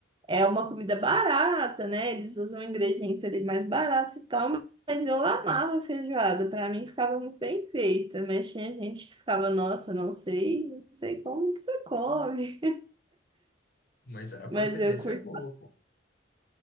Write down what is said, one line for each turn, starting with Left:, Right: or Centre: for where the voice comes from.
Right: é uma comida barata, né? Eles usam ingredientes ali mais baratos e tal, mas eu amava feijoada, pra mim ficava muito bem feita, mas tinha gente que ficava, nossa, não sei, não sei como que você come,
Left: Mas a
Right: <laughs> mas
Left: procedência
Right: eu curto,
Left: é boa, pô. O